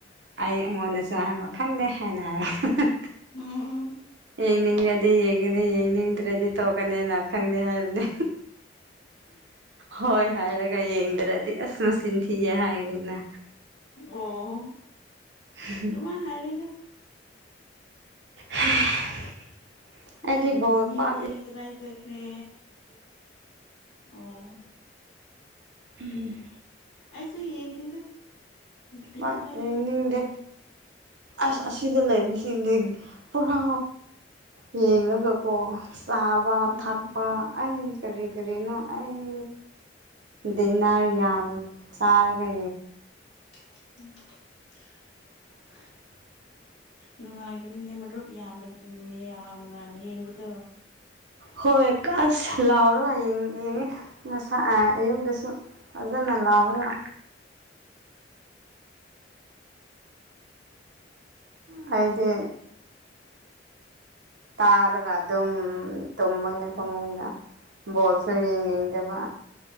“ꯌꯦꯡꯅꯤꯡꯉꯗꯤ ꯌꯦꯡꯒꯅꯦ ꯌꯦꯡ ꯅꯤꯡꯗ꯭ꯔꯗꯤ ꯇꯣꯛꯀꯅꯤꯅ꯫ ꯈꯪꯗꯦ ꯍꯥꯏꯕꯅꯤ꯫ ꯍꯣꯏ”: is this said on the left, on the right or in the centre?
Right